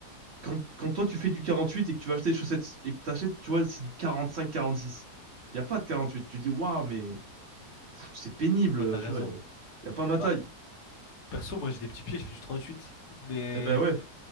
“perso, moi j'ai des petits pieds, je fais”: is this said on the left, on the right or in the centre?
Left